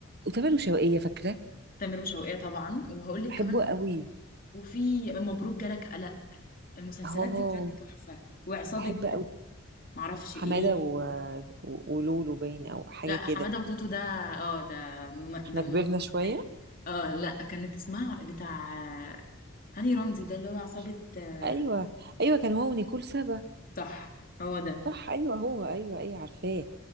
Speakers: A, on the right; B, on the left.
A: وتامر وشوقية فاكرة
B: تامر وشوقية طبعا وهقول لك
A: بحبه
B: كمان
A: قوي
B: وفي مبروك جالك قلق المسلسلات
A: اه
B: دي كانت تحفه وعصابه
A: بحب قوي
B: معرفش
A: حماده
B: ايه
A: و... و... ولولو باين او حاجه
B: لا
A: كده
B: حماده وتوتو ده اه ده مم...
A: احنا
B: ده
A: كبرنا
B: ممثل
A: شويه
B: اه لا كانت اسمها بتاع آه، هاني رمزي ده اللي هو عصابة
A: مش-
B: آه،
A: ايوه ايوه كان هو ونيكول سابا
B: صح هو ده
A: صح ايوه هو ايوه ايوه عارفاه